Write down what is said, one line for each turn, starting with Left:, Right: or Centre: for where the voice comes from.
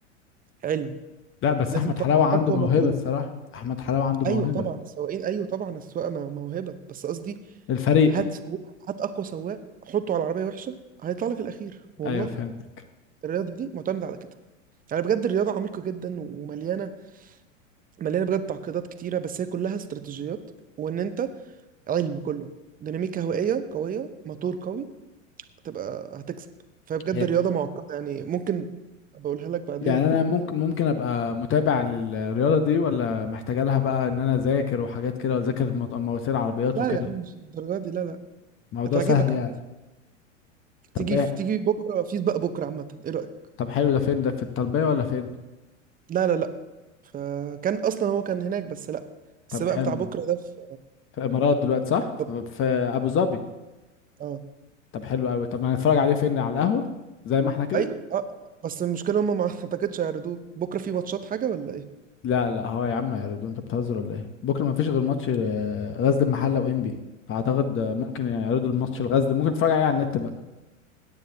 Right: علم
Left: لا بس
Right: لازم
Left: احمد
Right: تطلع
Left: حلاوه عنده
Right: اقوى
Left: موهبه
Right: موتور
Left: الصراحه احمد حلاوه عنده موهبه
Right: ايوه طبعا السواقين ايوه طبعا السواقه مو- موهبه بس قصدي
Left: الفريق
Right: هات سواق- هات اقوى سواق حطه على عربيه وحشه هيطلع لك الاخير والله
Left: ايوه فهمت
Right: الرياضه دي معتمده على كده يعني بجد الرياضه عميقه جدا ومليانه مليانه بجد تعقيدات كتيره بس هي كلها استراتيجيات وان انت علم كله ديناميكا هوائيه قويه موتور قوي هتبقى هتكسب فبجد
Left: ي-
Right: الرياضه معقده يعني ممكن بقولها لك بعدين
Left: يعني انا ممكن ممكن ابقى متابع للرياضه دي ولا محتاجه لها بقى ان انا اذاكر وحاجات كده واذاكر مط- مواسير عربيات
Right: لا
Left: وكده
Right: يا عم مش الدرجه دي لا لا
Left: موضوع
Right: هتعجبك
Left: سهل يعني
Right: عم
Left: طب
Right: تيجي
Left: ايه
Right: في تيجي بكره في سباق بكره عامه ايه رايك
Left: طب حلو ده فين ده في الطلبيه ولا فين
Right: لا لا لا فكان اصلا هو كان هناك بس لا السباق
Left: طب حلو
Right: بتاع بكره ده في
Left: في الامارات دلوقتي صح في,
Right: طب
Left: في ابو ظبي
Right: اه
Left: طب حلو قوي طب ما هنتفرج عليه فين على القهوة زي ما احنا كده
Right: اي اه بس المشكله هم ما <laughs> اعتقدش هيعرضوه بكره في ماتشات حاجه ولا ايه
Left: لا لا هو يا عم يا ريدو انت بتهزر ولا ايه بكره ما فيش غير ماتش آه، غزل المحله وانبي فاعتقد آه، ممكن يعرضوا الماتش الغزل ممكن تتفرج عليه على النت بقى